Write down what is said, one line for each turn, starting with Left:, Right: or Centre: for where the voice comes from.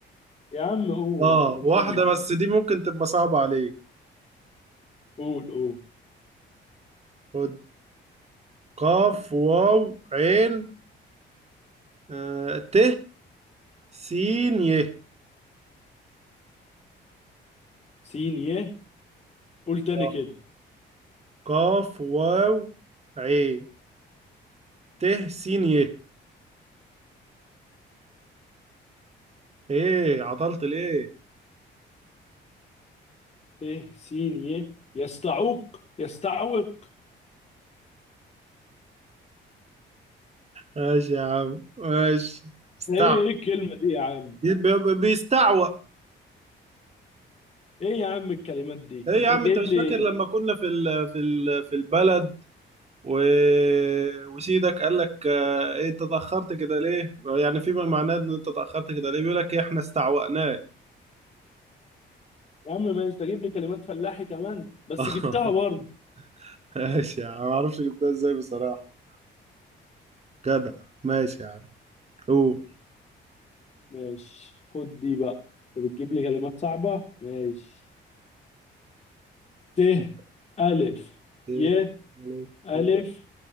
Left: يا عم قول
Right: اه
Left: ما نشوف
Right: واحدة بس دي ممكن تبقى صعبة عليك
Left: قول قول
Right: خد قاف واو عين آه، ت سين ي
Left: سين يه قول تاني
Right: آه،
Left: كده
Right: قاف واو عين ت سين ي ايه عطلت ليه
Left: ت سين يه يستعوق يستعوق
Right: ماشي يا عم ماشي استعوى
Left: ايه ايه الكلمة دي يا عم
Right: بي- بي- بيستعوى
Left: ايه يا عم الكلمات دي
Right: ايه
Left: انت
Right: يا عم
Left: جايب
Right: انت مش
Left: لي
Right: فاكر لما كنا في ال في ال في البلد و... وسيدك قال لك آه، ايه انت اتاخرت كده ليه يعني فيما معناه ان انت اتاخرت كده ليه بيقول لك إيه، احنا استعوأناه
Left: يا عم ماشي تجيب لي كلمات فلاحي كمان بس
Right: <laughs>
Left: جبتها برضه
Right: ماشي يا عم ما اعرفش جبتها ازاي بصراحة جدع ماشي يا عم قول
Left: ماشي خد دي بقى انت بتجيب لي كلمات صعبة ماشي ت
Right: انت
Left: ألف
Right: إيه؟
Left: ي
Right: عليك
Left: ألف
Right: إيه؟